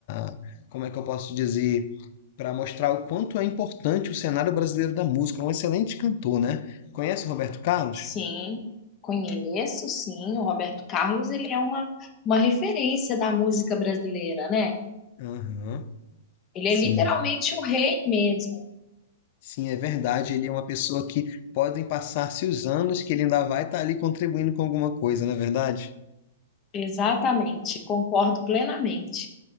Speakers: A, on the left (about 45°); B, on the left (about 30°).
A: a- como é que eu posso dizer? Para mostrar o quanto é importante o cenário brasileiro da música. Um excelente cantor, né? Conhece o Roberto Carlos?
B: sim, conheço, sim. O Roberto Carlos, ele é uma, uma referência da música brasileira, né?
A: Aham.
B: Ele
A: Sim,
B: é literalmente o rei mesmo.
A: sim, é verdade. Ele é uma pessoa que podem passar-se os anos que ele ainda vai estar ali contribuindo com alguma coisa, não é verdade?
B: Exatamente, concordo plenamente.